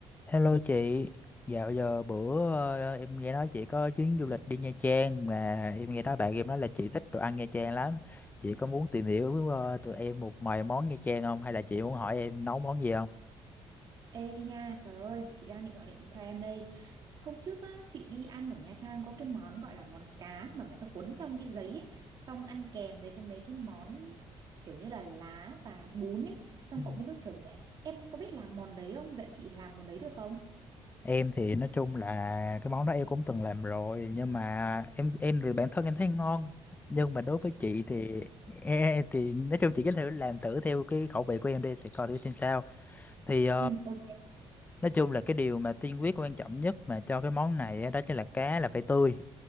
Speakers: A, on the left (about 15°); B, on the right (about 45°).
A: Hello chị, dạo giờ bữa ờ, em nghe nói chị có chuyến du lịch đi Nha Trang mà em nghe nói bạn em nói là chị thích đồ ăn Nha Trang lắm. Chị có muốn tìm hiểu ờ, từ em một vài món Nha Trang không hay là chị muốn hỏi em nấu món gì không?
B: Ê nha, trời ơi, chị đang định gọi điện cho em đây. Hôm trước á, chị đi ăn ở Nha Trang có cái món gọi là món cá mà người ta cuốn trong cái giấy ấy, xong ăn kèm với cái mấy cái món kiểu như là lá và bún ấy, xong
A: Ừ.
B: cộng với nước chấm ấy. Em có biết làm món đấy không? Dạy chị làm món đấy được không?
A: Em thì nói chung là cái món đó em cũng từng làm rồi nhưng mà em em thì bản thân em thấy ngon nhưng mà đối với chị thì e, thì nói chung chị cứ thử làm thử theo cái khẩu vị của em đi thì coi thử xem sao thì
B: Ừ, ok.
A: nói chung là cái điều mà tiên quyết quan trọng nhất mà cho cái món này á, đó chính là cá là phải tươi